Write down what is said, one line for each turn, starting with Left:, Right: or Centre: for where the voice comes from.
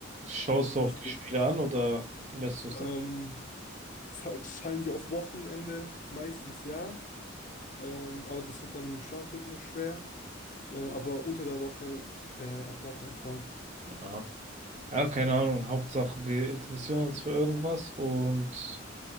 Right: Schaust
Left: nicht
Right: du auch die
Left: gut.
Right: Spiele an oder lässt du es
Left: Ähm, fa- fallen sie auf Wochenende? Meistens ja. Ähm, aber das wird dann mit dem Schlafrhythmus schwer. Äh, aber unter der Woche äh, auf gar keinen Fall.
Right: dann? Ja, keine Ahnung. Hauptsache, wir interessieren uns für irgendwas und